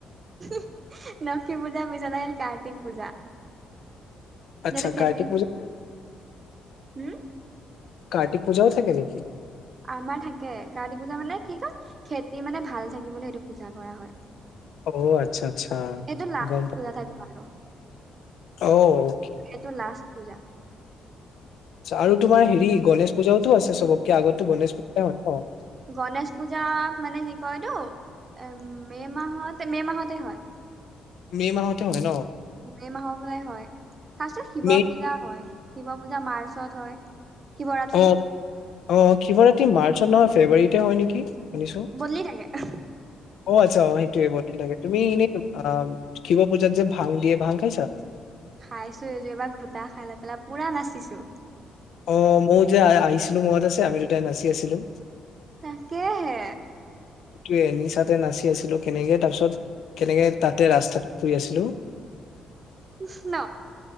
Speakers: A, on the right; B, on the left.
A: <inaudible> লক্ষী পূজাৰ পিছত আহিল কাৰ্তিক পূজা।
B: আচ্ছা
A: যদি খেটিন
B: কাৰ্তিক পূজা
A: <inaudible>
B: কাৰ্তিক পূজাও থাকে নেকি?
A: আমাৰ থাকে, কাৰ্তি পূজা মানে কি কয় খেতি মানে ভাল থাকিবলৈ পূজা কৰা হয়,
B: অ আচ্ছা আচ্ছা
A: এইটো
B: গম পা
A: <inaudible>
B: অ'।
A: সেইটো লাষ্ট পূজা।
B: আচ্ছা আৰু তোমাৰ হেৰি গণেশ পূজাওতো আছে চবতকে আগতো গণেশ পূজা হয় ন?
A: গনেশ পূজা মানে কি কয়টো, এ মে' মাহত মে' মাহতে হয়।
B: মে' মাহতে হয় ন?
A: মে' মাহৰ পৰাই হয়, ফাৰ্ষ্টত শিৱ
B: মে
A: পূজা হয়, শিৱ পূজা মাৰ্চত হয়। শিৱৰাতি
B: অ', অ' শিৱৰাত্ৰি মাৰ্চত নহয় ফেব্ৰুৱাৰীতে হয় নেকি, শুনিছোঁ।
A: বদলি থাকে, আহ।
B: অ' আচ্ছা অ' সেইটোৱে বদলি থাকে, তুমি এনে অ' শিৱ পূজাত যে ভাং দিয়ে, ভাং খাইছা?
A: খাইছোঁ, এইযোৰ এইবাৰ ঘোটা খাই লৈ পেলায় পোৰা নাচিছোঁ।
B: অ' ময়ো যে আ আহিছিলো মনত আছে আমি দুটাই নাচি আছিলোঁ।
A: তাকেহে।
B: টোৱে নিচাঁতে নাচি আছিলোঁ কেনেকে, তাৰ পিছত কেনেকে তাতে ৰাস্তাত শুই আছিলোঁ।
A: উফ ন